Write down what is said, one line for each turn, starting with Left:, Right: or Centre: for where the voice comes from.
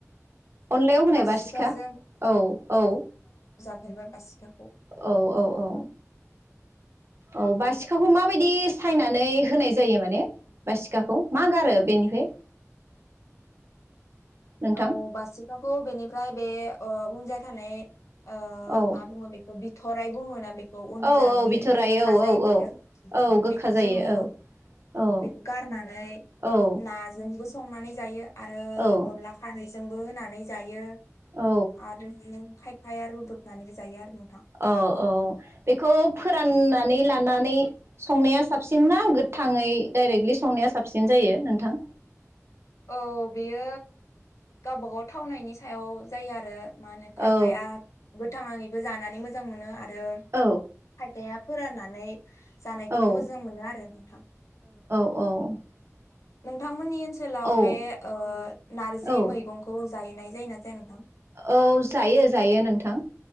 Right: अनलायाव होनाय
Left: बासिखाजों
Right: बारसिखा औ औ
Left: फेरबाय बासिखाखौ
Right: औ औ औ औ बासिखाखौ माबायदि सायनानै होनाय जायो माने बासिखाखौ मा गारो बेनिफ्राय नोंथां
Left: औ बासिखाखौ बेनिफ्राय बे ओ उनजा थानाय ओ
Right: औ
Left: मा बुंङो बे खो बिथराय बुंङोना बे खौ उनजानि
Right: औ औ बिथराय
Left: गोखखा
Right: औ
Left: जायो
Right: औ
Left: बेयो
Right: औ औ गोखा
Left: बेखौ
Right: जायो
Left: जोंङो
Right: औ औ
Left: बेखौ गारनानै
Right: औ
Left: ना जोंबो संनानै जायो आरो
Right: औ
Left: अनला खारैजोंबो होनानै जायो।
Right: औ
Left: आरो बियो । खायफाया रुदुबनानैबो जायो आरो ।
Right: औ औ बेखौ फोराननानै ला नानै संनाया साबसिन ना गोथाङै डाइरेक्टलि संनाया साबसिन जायो नोंथां?
Left: औ बेयो गावबागाव थावनायनि सायाव जायो आरो । मा होनो
Right: औ
Left: खायफाया
Right: औ
Left: गोथाङै । बो जानानै मोजां मोनो आ रो
Right: औ
Left: खायफाया फोराननानै । जानायखौबो
Right: औ
Left: मोजां मोनो आरो नोंथां ।
Right: औ
Left: नोंथांमोननि । ओनसोलाव
Right: औ
Left: बे ओ नारजि
Right: औ
Left: मैगंखौ । जाहैनाय जायोना जाया? नोंथां
Right: औ जायो जायो नोंथां